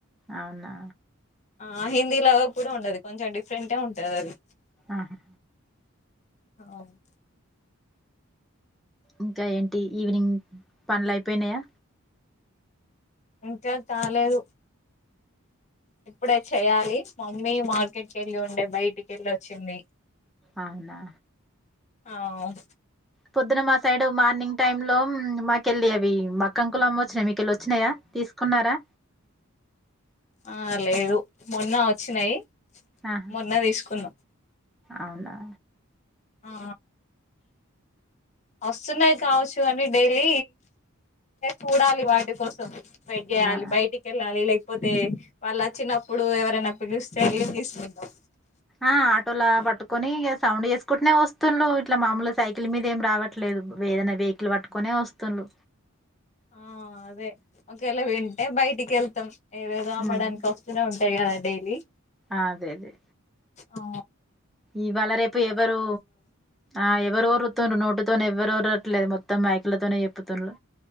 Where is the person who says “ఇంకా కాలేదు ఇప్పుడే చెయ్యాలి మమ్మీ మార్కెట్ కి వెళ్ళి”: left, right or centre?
Left